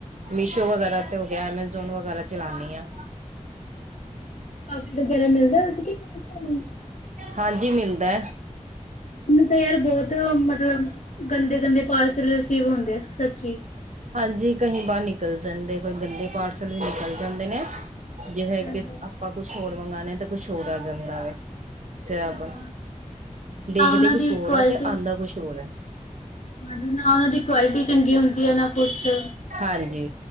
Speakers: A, on the right; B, on the left.
A: ਮੀਸ਼ੋ ਵਗੈਰਾ ਤੇ ਹੋ ਗਿਆ, ਐਮਾਜੋਂ ਜ਼ੋਨ ਵਗੈਰਾ ਚਲਾਉਣੀ ਆ।
B: ਕਾਫੀ ਵਗੇਰਾ ਮਿਲਦਾ ਇੱਥੇ ਕੇ ਨਹੀਂ ਤਹਾਨੂੰ
A: ਹਾਂਜੀ ਮਿਲਦਾ।
B: ਮੈਨੂੰ ਤਾਂ ਯਾਰ, ਬਹੁਤ ਮਤਲਬ ਗੰਦੇ ਗੰਦੇ ਪਾਰਸਲ ਰਿਸੀਵ ਹੁੰਦੇ, ਆ ਸੱਚੀ।
A: ਹਾਂਜੀ, ਕਈ ਬਾਹਰ ਨਿਕਲ ਜਾਂਦੇ, ਕੋਈ ਗੰਦੇ ਪਾਰਸਲ ਨਿਕਲ ਜਾਂਦੇ ਨੇ। ਜੇ
B: ਹਾਂਜੀ
A: ਆਪਾਂ, ਕੁਛ ਹੋਰ ਮੰਗਵਾਉਣੇ ਹਾ ਤੇ ਕੁਛ ਹੋਰ ਆ ਜਾਂਦਾ ਆਪਾਂ
B: ਹਾਂ
A: ਦੇਖਦੇ
B: ਨਾ ਉਹਨਾਂ ਦੀ
A: ਕੁਛ ਹੋਰ
B: ਕੁਆਲਿਟੀ
A: ਆ ਤੇ ਆਉਂਦਾ ਕੁਛ ਹੋਰ ਹੈ।
B: ਹਾਂਜੀ ਨਾ ਇਹਦੀ ਕੁਆਲਿਟੀ ਚੰਗੀ ਹੁੰਦੀ ਹੈ ਨਾ ਕੁਛ।
A: ਹਾਂਜੀ